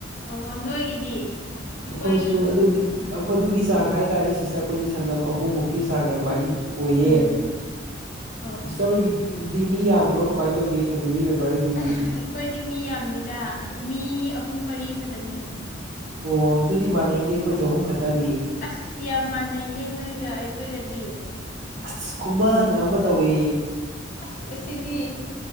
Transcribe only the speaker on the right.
ꯑꯩꯈꯣꯏꯁꯨ ꯑꯗꯨꯒꯤ
ꯑꯩꯈꯣꯏ ꯑꯗꯨꯒꯤ ꯆꯥꯡ ꯍꯥꯏꯇꯥꯔꯦ ꯁꯤꯁ ꯑꯩꯈꯣꯏꯁꯨ ꯁꯪꯉꯝ ꯑꯍꯨꯝꯃꯨꯛꯀꯤ ꯆꯥꯡ ꯑꯗꯨꯃꯥꯏꯅ ꯑꯣꯏꯌꯦ
ꯁꯤꯁꯇꯔꯒꯤꯗꯤ ꯗꯤ ꯃꯤ ꯌꯥꯝꯕ꯭ꯔꯣ ꯀꯃꯥꯏꯅ ꯇꯧꯒꯦ ꯐꯦꯃꯤꯂꯤ ꯃꯦꯝꯕꯔꯒꯤꯗꯤ
ꯑꯣ ꯑꯗꯨꯗꯤ ꯃꯥꯟꯅꯩꯅꯦ ꯑꯩꯈꯣꯏꯁꯨ ꯑꯍꯨꯝ ꯈꯛꯇꯅꯤ
ꯑꯁ ꯈꯨꯃꯅ ꯑꯃ ꯇꯧꯏ